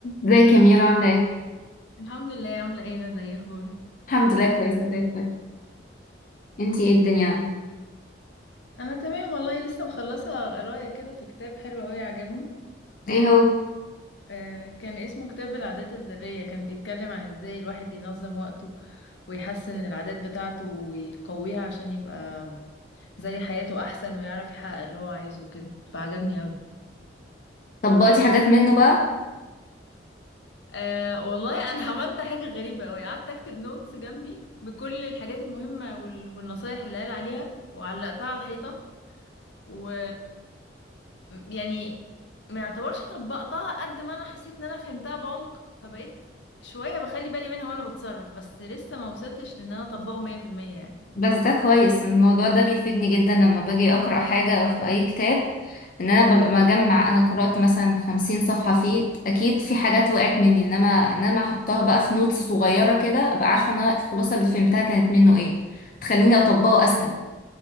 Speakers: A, on the left; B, on the left.
A: ازيك يا ميرا عاملة ايه؟
B: الحمد لله عاملة ايه يا ندى ايه اخبارك
A: الحمد لله كويسة زي الفل انتي ايه الدنيا عندك؟
B: انا تمام والله لسه مخلصه قرايه كده في كتاب حلو قوي عجبني
A: ايه هو؟
B: آه كان اسمه كتاب العادات الذريه كان بيتكلم عن ازاي الواحد ينظم وقته ويحسن العادات بتاعته ويقويها عشان يبقى زي حياته احسن ويعرف يحقق اللي هو عايزه كده فعجبني قوي
A: طبقتي حاجات منه بقى؟
B: أه والله انا <laughs> عملت حاجة غريبة قوي قعدت اكتب نوتس جنبي بكل الحاجات المهمة وال- والنصايح اللي قال عليها وعلقتها على الحيطة و... م- يعني ما يعتبرش طبقتها قد ما انا حسيت ان انا فهمتها بعمق فبقيت شوية بخلي بالي منها وانا بتصرف بس لسه ما وصلتش لان انا اطبقه 100% يعني
A: بس ده كويس الموضوع ده بيفيدني جدا لما باجي أقرأ حاجة أو في أي كتاب إن أنا ببقى مجمع أنا قرأت مثلا خمسين صفحة فيه أكيد في حاجات وقعت مني إنما إنما أحطها بقى في نوتس صغيرة كده أبقى عارفة إن أنا الخلاصة اللي فهمتها كانت منه ايه تخليني أطبقه أسهل